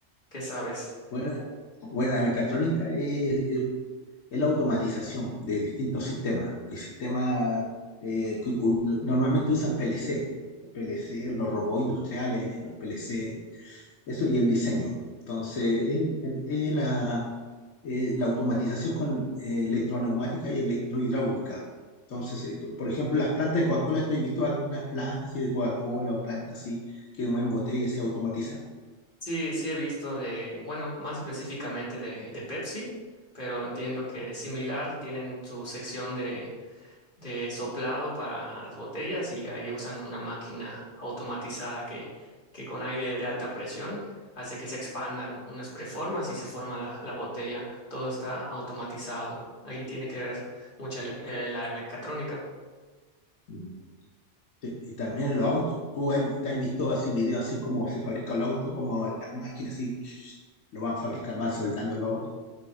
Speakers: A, on the left (about 40°); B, on the left (about 85°).
A: ¿Qué sabes?
B: Bueno, la- bueno, la mecatrónica es, es- es la automatización de distintos sistemas, de sistemas eh, que u- normalmente usan PLC, PLC, los robots industriales, los PLC, eso y el diseño. Entonces, es, es- es la, eh, la automatización con eh, electroneumática y electrohidráulica. Entonces, eh, por ejemplo, las plantas de Coca-Cola, tú has visto algunas plantas así de Coca-Cola o plantas así que mueven botellas y se automatiza.
A: Sí, sí he visto de, bueno, más específicamente de, de Pepsi, pero entiendo que es similar, tienen su sección de, de soplado para las botellas y ahí usan una máquina automatizada que, que con aire de alta presión hace que se expandan unas preformas y se forma la, la botella. Todo está automatizado. Ahí tiene que ver mucha le- eh, la mecatrónica.
B: Mm. Te- Y también en los autos. Tú hay- te has visto así videos así como se fabrican los autos, como las máquinas así <tsk> lo van fabricando, van soldando los autos.